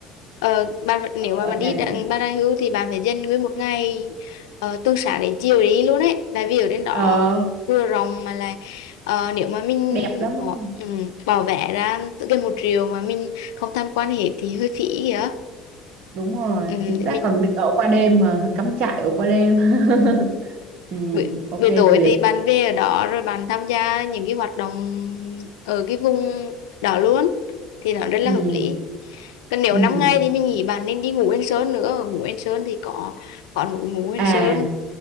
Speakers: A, on the left; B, on the right.
A: ờ, bạn nếu
B: Ở
A: mà bạn
B: Đà
A: đi
B: Nẵng.
A: đặng Bà Nà Hưu thì bạn phải dành nguyên một ngày ờ, từ sáng đến chiều để đi luôn ấy tại vì ở trên đó
B: Ờ,
A: vừa rộng mà lại ờ, nếu mà mình
B: đẹp lắm đúng
A: bỏ
B: không?
A: um, bỏ vé ra tự gần một triệu mà mình không tham quan hết thì hơi phí kìa
B: Đúng rồi,
A: um,
B: chính xác
A: để mình
B: còn được ở qua đêm mà cắm trại ở qua đêm. <laughs> Ừ,
A: buổi,
B: ok
A: buổi tối
B: duyệt.
A: thì bạn về ở đó rồi bạn tham gia những cái hoạt động ở cái vùng đó luôn thì nó rất là
B: Ừ,
A: hợp lý còn nếu
B: ừ.
A: năm ngày thì mình nghĩ bạn nên đi ngủ Yên Sơn nữa ngủ Yên Sơn thì có có núi ngủ Yên
B: À,
A: Sơn